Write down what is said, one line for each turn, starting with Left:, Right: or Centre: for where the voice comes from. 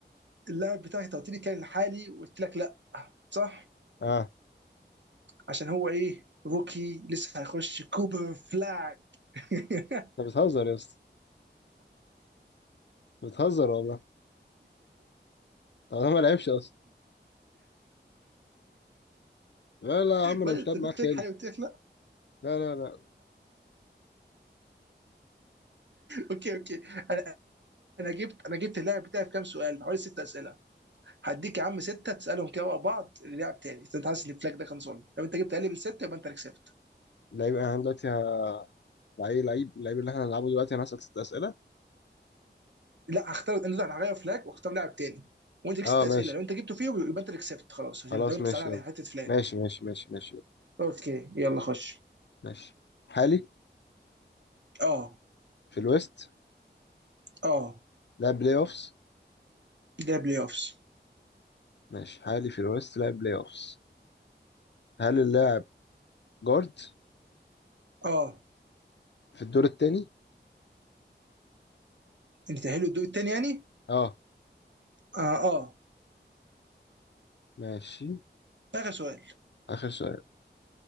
Right: اللاعب بتاعك انت قلت لي كان حالي وقلت لك لا صح
Left: اه
Right: عشان هو ايه روكي لسه هيخش كوبر فلاج <laughs>
Left: انت بتهزر يا اسطى بتهزر والله طب انا ما لعبش اصلا لا لا يا
Right: بدأت
Left: عم انا مش لاعب
Right: قلت
Left: معاك تاني
Right: لك حاجه قلت لك لا
Left: لا لا لا
Right: اوكي اوكي انا انا جبت انا جبت اللاعب بتاعي في كام سؤال في حوالي ست اسئله هديك يا عم سته تسالهم كده ورا بعض للاعب تاني إذا انت حاسس ان الفلاج ده كان ظلم لو انت جبت اقل من سته يبقى انت اللي كسبت
Left: لعيب انا دلوقتي ه... لعيب لعيب اللعيب اللي احنا هنلعبه دلوقتي انا هسأل ست اسئله
Right: لا هختار انت هغير فلاج واختار لاعب تاني وانت ليك
Left: اه
Right: ست اسئله
Left: ماشي
Right: لو انت جبته فيهم يبقى انت اللي كسبت خلاص عشان
Left: خلاص
Right: لو انت
Left: ماشي
Right: زعلان على
Left: يلا
Right: حته فلاج
Left: ماشي ماشي ماشي ماشي يلا
Right: اوكي يلا خش
Left: ماشي حالي
Right: اه
Left: في الويست
Right: اه
Left: لاعب بلاي اوفس
Right: ده بلاي اوفس
Left: ماشي حالي في الويست لاعب بلاي اوفس هل اللاعب جارد
Right: اه
Left: في الدور التاني
Right: انت تاهلوا الدور التاني يعني
Left: اه
Right: اه اه
Left: ماشي
Right: اخر سؤال
Left: اخر سؤال